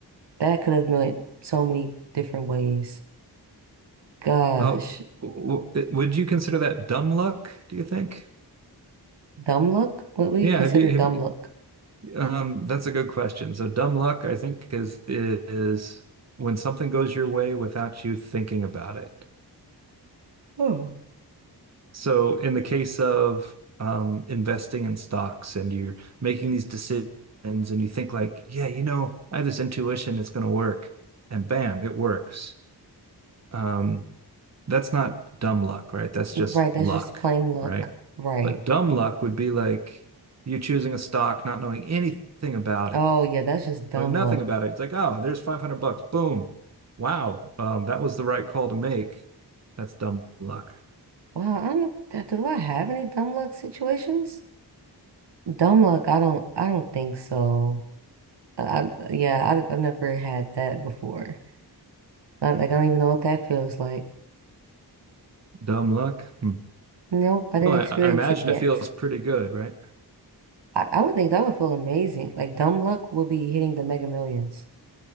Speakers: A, on the right (about 85°); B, on the right (about 40°).
A: that could have meant so many different ways. Gosh,
B: Oh, w- w- would you consider that dumb luck, do you think?
A: dumb luck? What would
B: Yeah,
A: you consider
B: have you
A: dumb
B: have
A: luck?
B: um that's a good question. So dumb luck, I think is is when something goes your way without you thinking about it.
A: Oh.
B: So in the case of um investing in stocks and you're making these decisions and you think like, yeah, you know, I have this intuition it's going to work and bam, it works. Um that's not dumb luck, right? That's
A: Right,
B: just
A: that's
B: luck,
A: just plain luck.
B: right?
A: Right.
B: But dumb luck would be like you choosing a stock, not knowing anything about it,
A: Oh yeah, that's just dumb
B: knowing nothing
A: luck.
B: about it. It's like, oh, there's 500 bucks. Boom. Wow. Um, that was the right call to make. That's dumb luck.
A: Wow, I don't, do I have any dumb luck situations? Dumb luck, I don't I don't think so. I, I- yeah, I, I've never had that before. I, like I don't even know what that feels like.
B: Dumb luck. Hmm.
A: Nope, I didn't
B: Well, I,
A: experience
B: I imagine
A: it yet.
B: it feels pretty good, right?
A: I, I would think that would feel amazing. Like dumb luck would be hitting the Mega Millions.